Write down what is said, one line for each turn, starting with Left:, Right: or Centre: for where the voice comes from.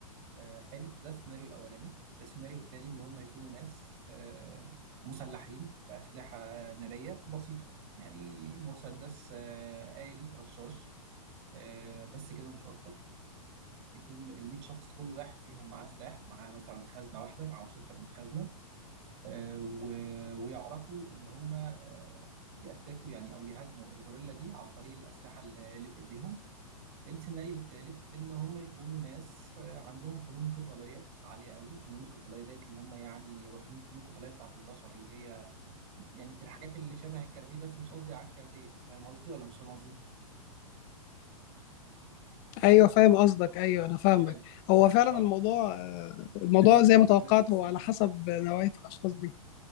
Right: آه حلو ده السيناريو الاولاني السيناريو الثاني ان هم يكونوا ناس آه مسلحين باسلحه ناريه بسيطه يعني مسدس آه آلي رشاش آه بس كده مش اكتر يكون ال 100 شخص كل واحد فيهم معاه سلاح معاه مثلا خزنه واحده معهوش اكتر من خزنه آه، و- ويعرفوا ان هم آه، يأتاكوا يعني او يهاجموا الغوريلا دي عن طريق الاسلحه اللي اللي في ايديهم السيناريو الثالث ان هم يكونوا ناس آه، عندهم فنون قتاليه عاليه قوي فنون القتاليه ديت ان هم يعني واخدين فنون قتاليه بتاعت البشر اللي هي يعني الحاجات اللي شبه الكاراتيه بس مش قصدي على الكاراتيه فاهم قصدي ولا مش فاهم قصدي
Left: ايوه فاهم قصدك ايوه انا فاهمك
Right: حلو
Left: هو فعلا
Right: اه
Left: الموضوع آه، الموضوع
Right: ثواني
Left: زي ما
Right: هكمل
Left: توقعت
Right: لك السيناريو
Left: هو على حسب نوعيه الاشخاص دي